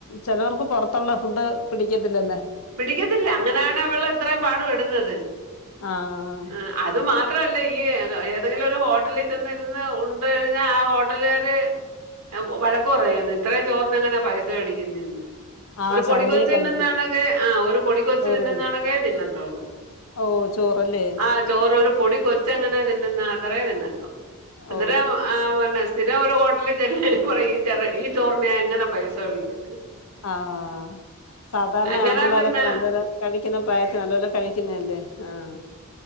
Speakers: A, on the left (about 65°); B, on the right (about 80°).
A: ചെലവർക്ക് പുറത്തുള്ള ഫുഡ് പിടിക്കത്തില്ലല്ലേ.
B: പിടിക്കത്തില്ല അങ്ങനാണ് അവള് അത്രയും പാടു പെടുന്നത്
A: ആഹ്
B: ആ. അത് മാത്രല്ല ഈ ഏതെങ്കിലും ഒരു ഹോട്ടലിൽ ചെന്നിരുന്ന് ഉണ്ട് കഴിഞ്ഞാ ആ ഹോട്ടലുകാര് വഴക്ക് പറയും, ഇത്രയും ചോറിന് എങ്ങനെ പൈസ മേടിക്കുന്നതന്ന്.
A: ആഹ്
B: ഒരു പൊടി
A: ശകലേ
B: കൊച്ചു തിന്നുന്നാണക്കെ
A: കഴി
B: ആഹ് ഒരു പൊടി കൊച്ചു
A: ചോറ്
B: തിന്നുന്നാണക്കെ
A: കഴി
B: തിന്നത്തോള്ളു.
A: ഓ ചോറല്ലേ.
B: ആ ചോറരു പൊടി കൊച്ച് എങ്ങനെ തിന്നുന്നേ അത്ര തിന്നത്തോള്ളൂ അന്നേരം
A: ഓ
B: ആവണ സ്ഥിരം ഒരു ഹോട്ടലിൽ ചെല്ല് പറയാ ഈ ചെറ് ഈ ചോറിനെ എങ്ങനെ പൈസ മേടിക്കുവന്ന്.
A: ആഹ് സാധാരണ
B: അങ്ങനെ
A: ആമ്പിള്ളേരൊക്കെ
B: പിന്നെ
A: നല്ലോല കഴിക്കുന്ന പ്രായത്തിൽ നല്ലോല കഴിക്കുന്നല്ലേ ആഹ്.